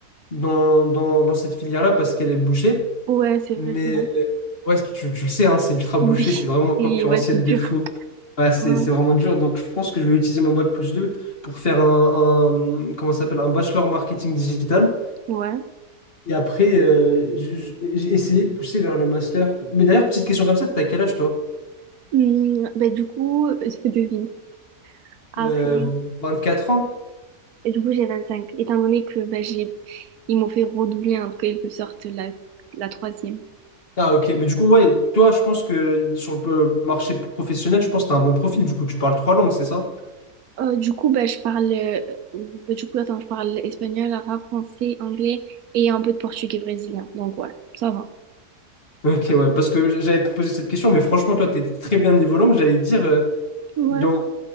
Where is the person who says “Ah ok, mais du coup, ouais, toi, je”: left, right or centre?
Left